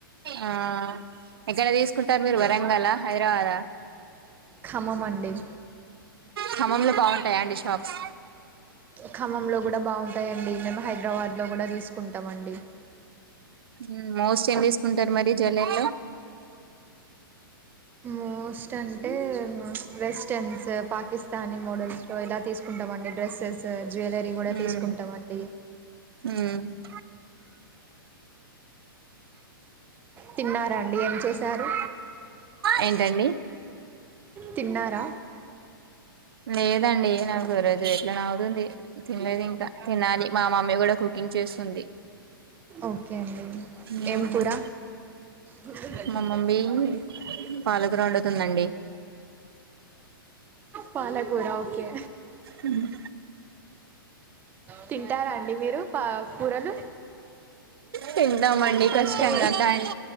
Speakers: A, on the right; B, on the right.
A: ఆ ఎక్కడ తీసుకుంటరు మీరు వరంగల్ ఆ హైదరాబాద
B: ఖమ్మం అండి
A: ఖమ్మంలో బాగుంటాయా అండి షాప్స్
B: ఖమ్మంలో గూడా బాగుంటాయండి మేము హైదరాబాద్లో కూడా తీసుకుంటామండి
A: ఉమ్ మోస్ట్ ఏం తీసుకుంటరు మరి జూవెల్లారిలో
B: మోస్ట్ అంటే వెస్టన్స్ పాకిస్తానీ మోడల్స్ లో ఇలా తీసుకుంటామండి డ్రెస్సెస్ జ్యువెలరీ కూడా
A: ఉమ్
B: తీసుకుంటామండి
A: ఉమ్
B: తిన్నార అండి ఏం చే స్తున్నారు
A: ఏంటండి
B: తిన్నారా
A: లేదండి నాకు ఈ రోజు ఎట్లానోఅవుతుంది తినలేదు ఇంకా తినాలి మా మమ్మీ కూడ కుకింగ్ చేస్తుంది
B: ఓకే అండి
A: మ్మ్
B: ఏమ్ కూర బ్లాంక్
A: మా మమ్మీ పాలకూర వండుతుందండి
B: పాలకూర ఓకే
A: ఉహ్మ్
B: తింటార అండి మీరు పా కూరలు
A: తింటామండి కష్టంగా
B: అంటే
A: డాంట్